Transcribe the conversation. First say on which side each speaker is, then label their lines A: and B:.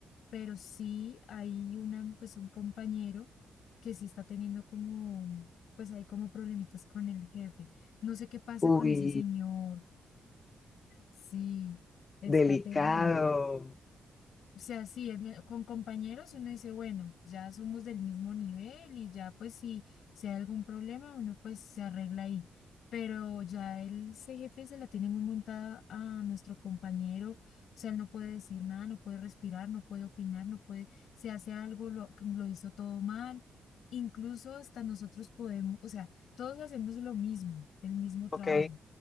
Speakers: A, on the left (about 75°); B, on the left (about 30°).
A: pero sí hay una, pues un compañero que sí está teniendo como, pues hay como problemitas con el jefe. No sé qué pasa
B: Uy,
A: con ese señor. Sí, está
B: delicado,
A: terrible. O sea, sí, él me- con compañeros uno dice, bueno, ya somos del mismo nivel y ya pues si, si hay algún problema uno pues se arregla ahí. Pero ya el ese jefe se la tiene muy montada a nuestro compañero. O sea, él no puede decir nada, no puede respirar, no puede opinar, no puede, si hace algo lo, lo hizo todo mal. Incluso hasta nosotros podemos, o sea, todos hacemos lo mismo, el mismo trabajo
B: ¿ok?